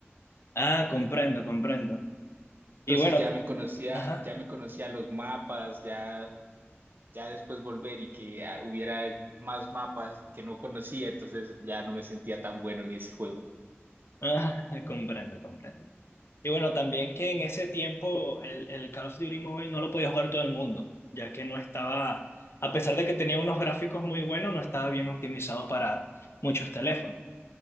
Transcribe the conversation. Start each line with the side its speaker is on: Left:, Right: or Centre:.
Left: Ah, comprendo, comprendo.
Right: Entonces
Left: Y bueno,
Right: ya
Left: t-
Right: me conocía,
Left: ajá.
Right: ya me conocía los mapas, ya, ya después volver y que ah, hubiera más mapas que no conocía, entonces ya no me sentía tan bueno en ese juego.
Left: Ah, <laughs> comprendo, comprendo. Y bueno, también que en ese tiempo el, el Call of Duty Mobile no lo podía jugar todo el mundo, ya que no estaba, a pesar de que tenía unos gráficos muy buenos, no estaba bien optimizado para muchos teléfonos,